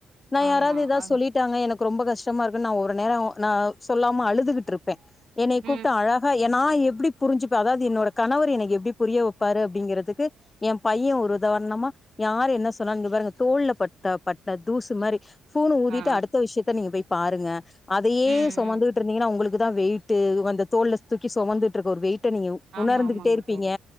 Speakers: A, on the left; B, on the right.
A: நா
B: ஆமா
A: யாராவது ஏதாவ
B: அது
A: சொல்லிட்டாங்க எனக்கு ரொம்ப கஷ்டமா இருக்கு நா ஒரு நேரோ நா சொல்லாம அழுதுட்டுருப்பே என்னை கூப்ட்டு
B: ம்
A: அழகா எநா எப்டி புரிஞ்சுப்பே அதாவது என்னோட கணவர் எனைக் எப்டி புரிய வைப்பாரு அப்படிங்கறிறதுக்கு ஏன் பைய ஒரு உதாரணமா யாரு என்ன சொன்னா இங்க பாருங்க தோல் பட்ட பட்ட தூசு மாரி ஃபூனு ஊதிட்டு
B: ஆ
A: அடுத்த விஷித்த நீங்க போய் பாருங்க அதையே
B: ம்
A: சொமந்துட்ருந்தீங்கன்னா
B: ம்
A: உங்குளுக் க்குதா வெயிட்டு அந்த தோல்ல தூக்கி சொமந்துட்டு இருக்க ஒரு வெயி ட்டனையு
B: ஆமா
A: உணர்ந்துகிட்டே
B: ஆமாங்க
A: இருப்பீங்க
B: தோழி